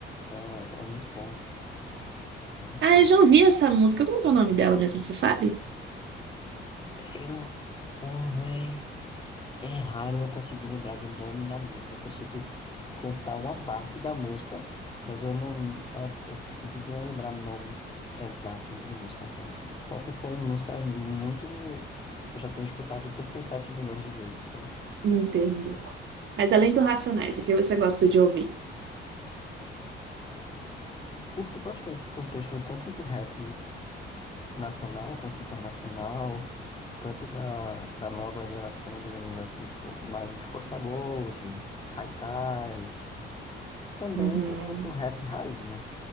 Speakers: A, on the left; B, on the right.
A: É, é muito bom, é muito
B: Ah,
A: bom.
B: eu já ouvi essa música. Como que é o nome dela mesmo, você sabe?
A: Eu pulei. É raro eu conseguir lembrar do nome da música. Eu consigo contar uma parte da música, mas eu não. É, é difícil de eu lembrar nome exato de música, sabe? Só se forem músicas muito. Eu já tenho escutado 37 milhões de vezes, sabe?
B: Entendo. Mas além do Racionais, o que você gosta de ouvir?
A: Curto bastante o contexto tanto do rap nacional quanto internacional, tanto da, da nova geração, digamos assim, tipo, mais Costa Gold, Haikais, também
B: Uhum.
A: do, do rap raiz, né?